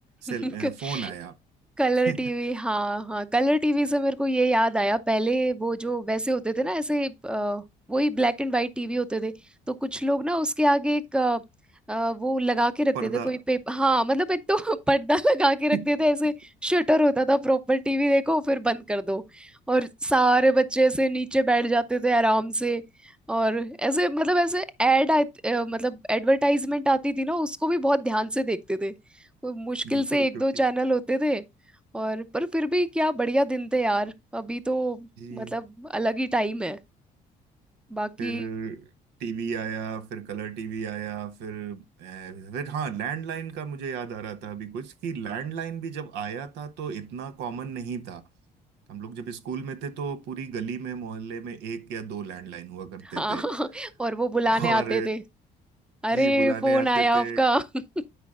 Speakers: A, in the centre; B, on the right.
A: <laughs>
B: सेल अ, फोन आया
A: कलर
B: <laughs>
A: टीवी हाँ हाँ कलर टीवी से मेरे को ये याद आया पहले वो जो वैसे होते थे ना ऐसे अ, वही ब्लैक एंड वाइट टीवी होते थे तो कुछ लोग ना उसके आगे एक अ, अ, वो लगा के रखते
B: पर्दा
A: थे कोई पेपर हाँ मतलब एक तो <laughs> पर्दा लगा के
B: <laughs>
A: रखते थे ऐसे शटर होता था प्रॉपर टीवी देखो फिर बंद कर दो और सारे बच्चे ऐसे नीचे बैठ जाते थे आराम से और ऐसे मतलब ऐसे एड मतलब एडवर्टाइजमेंट आती थी ना उसको भी बहुत ध्यान से देखते थे वो मुश्किल
B: बिल्कुल
A: से एक
B: क्योंकि
A: दो चैनल होते थे और पर फिर भी क्या बढ़िया दिन थे यार अभी तो
B: जी
A: मतलब अलग ही टाइम है बाकी
B: फिर टीवी आया फिर कलर टीवी आया फिर अ, फिर हाँ लैंडलाइन का मुझे याद आ रहा था अभी कुछ कि लैंडलाइन भी जब आया था तो इतना कॉमन नहीं था हम लोग जब स्कूल में थे तो पूरी गली में मोहल्ले में एक या दो लैंडलाइन हुआ करते
A: हाँ
B: थे
A: <laughs> और वो बुलाने
B: और
A: आते थे अरे
B: जी बुलाने
A: फोन
B: आते
A: आया
B: थे
A: आपका <laughs>